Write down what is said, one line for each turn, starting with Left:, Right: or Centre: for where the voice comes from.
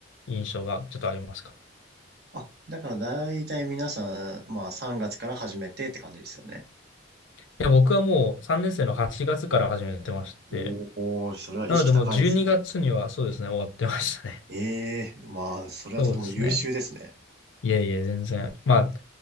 Left: 印象がちょっとありますかね。
Right: あ、だから大体皆さん、まあ3月から始めてって感じですよね。
Left: いや、僕はもう3年生の8月から始めてまして、
Right: おー、それは意識高いですね。
Left: なのでもう12月にがつにはそうですね、終わってましたね。
Right: ええ、まあ、
Left: <laughs>
Right: それはとても優秀ですね。
Left: そうですね。いえいえ、全然。まあ、